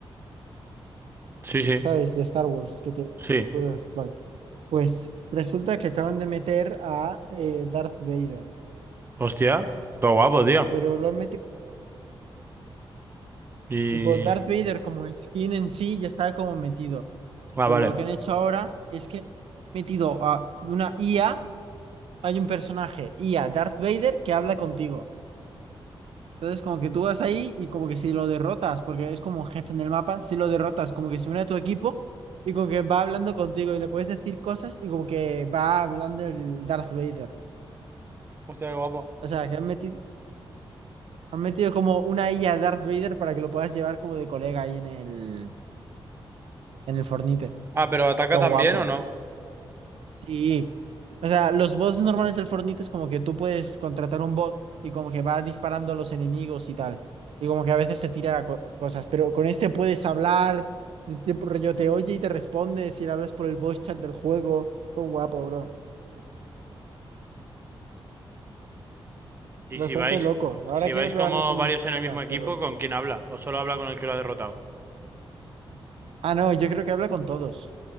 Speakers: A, on the right; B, on the right.
A: Sí, sí.
B: ¿Sabes? De Star Wars, que te
A: Sí.
B: acuerdas. Vale. Pues resulta que acaban de meter a eh, Darth Vader,
A: Hostia. Todo guapo, tío.
B: pero lo han metido,
A: Y...
B: tipo, Darth Vader como skin en sí ya estaba como metido,
A: Ah,
B: pero
A: vale.
B: lo que han hecho ahora es que han metido a una IA, hay un personaje IA, Darth Vader, que habla contigo. Entonces, como que tú vas ahí y como que si lo derrotas, porque es como un jefe en el mapa, si lo derrotas, como que se une a tu equipo y como que va hablando contigo y le puedes decir cosas y como que va hablando el Darth Vader.
A: Hostia, qué guapo.
B: O sea, que han metido, han metido como una IA Darth Vader para que lo puedas llevar como de colega ahí en el, en el Fortnite.
A: Ah, pero ataca
B: Todo
A: también
B: guapo.
A: o no?
B: Sí. O sea, los bots normales del Fortnite es como que tú puedes contratar un bot y como que va disparando a los enemigos y tal. Y como que a veces te tira co- cosas, pero con este puedes hablar, te, te- rollo te oye y te responde si le hablas por el voice chat del juego. Todo guapo, bro.
A: ¿Y
B: Bastante
A: si vais,
B: loco. Ahora
A: si
B: quiero
A: vais
B: probarlo
A: como
B: con
A: varios
B: mis
A: en
B: colegas,
A: el mismo equipo,
B: pero...
A: con quién habla? ¿O solo habla con el que lo ha derrotado?
B: Ah, no, yo creo que habla con todos.